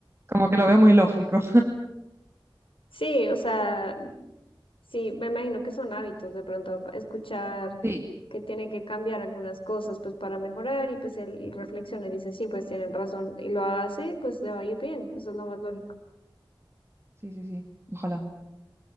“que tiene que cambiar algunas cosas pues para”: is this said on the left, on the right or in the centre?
Left